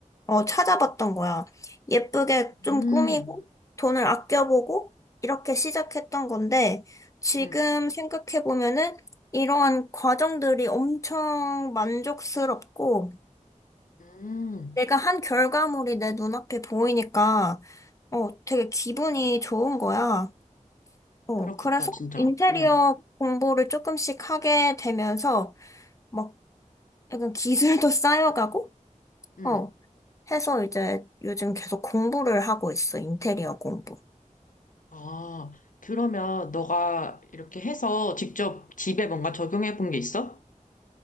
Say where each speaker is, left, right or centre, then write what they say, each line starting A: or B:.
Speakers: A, on the left; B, on the left.
A: 어, 찾아봤던 거야. 예쁘게 좀
B: 음,
A: 꾸미고 돈을 아껴보고 이렇게 시작했던 건데 지금
B: 음,
A: 생각해보면은 이러한 과정들이 엄청 만족스럽고
B: 음.
A: 내가 한 결과물이 내 눈앞에 보이니까 어, 되게 기분이 좋은 거야. 어,
B: 그렇겠다,
A: 그래서
B: 진짜.
A: 인테리어
B: 음,
A: 공부를 조금씩 하게 되면서 막 약간 기술도 <laughs> 쌓여가고
B: 음.
A: 어, 해서 이제 요즘 계속 공부를 하고 있어, 인테리어 공부.
B: 아, 그러면 너가 이렇게 해서 직접 집에 뭔가 적용해 본 게 있어?